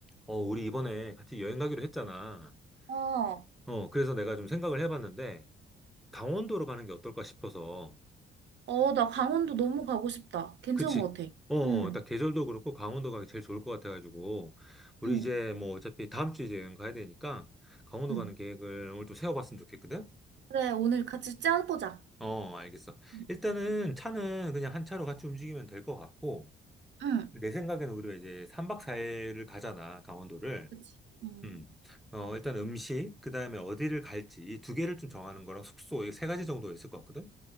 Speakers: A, in the centre; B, on the right.
A: 어, 우리 이번에 같이 여행 가기로 했잖아.
B: 어,
A: 어, 그래서 내가 좀 생각을 해봤는데, 강원도로 가는 게 어떨까 싶어서.
B: 어, 나 강원도 너무 가고 싶다. 괜찮은
A: 그치?
B: 것 같아.
A: 어, 어,
B: 응,
A: 어, 딱 계절도 그렇고 강원도 가기 제일 좋을 것 같아가지고, 우리
B: 응,
A: 이제 뭐 어차피 다음 주에 이제 여행 가야 되니까, 강원도
B: 응.
A: 가는 계획을 오늘 좀 세워봤으면 좋겠거든?
B: 그래, 오늘 같이 짜보자.
A: 어, 어, 알겠어.
B: 응,
A: 일단은 차는 그냥 한 차로 같이 움직이면 될 것 같고,
B: 응,
A: 내 생각에는 우리가 이제 3박 4일을 가잖아, 강원도를.
B: 그치. 응.
A: 음. 어, 일단 음식, 그 다음에 어디를 갈지, 이 두 개를 좀 정하는 거랑 숙소, 이 세 가지 정도 있을 것 같거든?